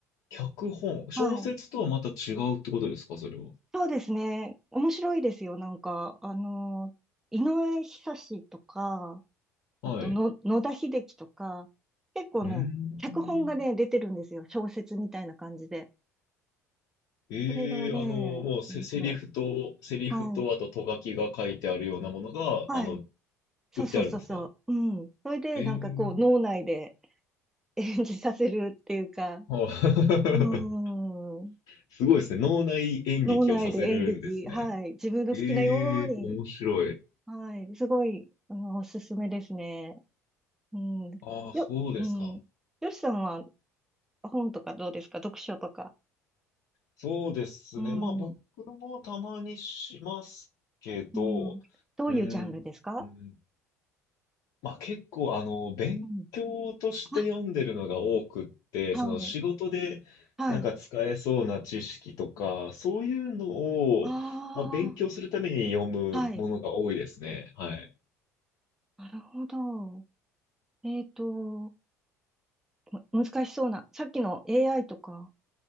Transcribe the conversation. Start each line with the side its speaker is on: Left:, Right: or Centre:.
Left: 脚本。小説とはまた違うってことですかそれは。
Centre: はい。そうですね。面白いですよ。なんか、あの、井上久志とか、
Left: はい。
Centre: あとの、野田秀樹とか、結構ね、
Left: うーん。
Centre: 脚本がね、出てるんですよ。小説みたいな感じで。
Left: ええあの、
Centre: これがね、
Left: もうセ、
Centre: 面白い。
Left: セリフと、セリフと、
Centre: はい。
Left: あと、と書きが書いてあるようなものが、
Centre: はい。
Left: あの、
Centre: そうそうそうそう。
Left: 売ってあるんですか
Centre: うん。それで、
Left: ええ
Centre: なんかこう、脳内で演じさせるっていうか、
Left: はあ
Centre: うーん。
Left: <laughs> すごいですね。脳内演劇をさせるんですね。
Centre: 脳内で演劇、はい。自分の好きなように、
Left: ええ、面白い。
Centre: はい。すごい、あのおすすめですね。うん。
Left: ああ、
Centre: よ、
Left: そうですか。
Centre: うん。よしさんは本とかどうですか読書とか。
Left: そうですね。
Centre: うん。
Left: まあ僕もたまにしますけど、
Centre: うん。
Left: う
Centre: どういうジャンルですか
Left: ーん、うん、まあ結構あの、勉強として読んでるのが多くって、
Centre: うん。あ、はい。
Left: その仕事でなんか使えそうな知識とか、
Centre: はい。
Left: そういうのを、
Centre: あ
Left: まあ、勉強するために読むものが多いですね。
Centre: あ、はい。
Left: はい。
Centre: なるほど。えっと、む難しそうな。さっきの AI とか、